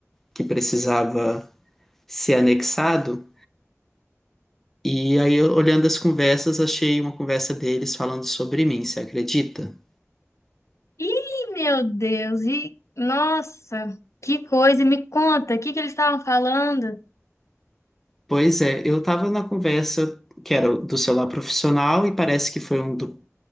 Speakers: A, in the centre; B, on the left.
A: que precisava ser anexado. E aí, eu, olhando as conversas, achei uma conversa deles falando sobre mim, você acredita?
B: Ih, meu Deus, e nossa, que coisa, e me conta, o que que eles estavam falando?
A: Pois é, eu tava na conversa que era do celular profissional e parece que foi um do,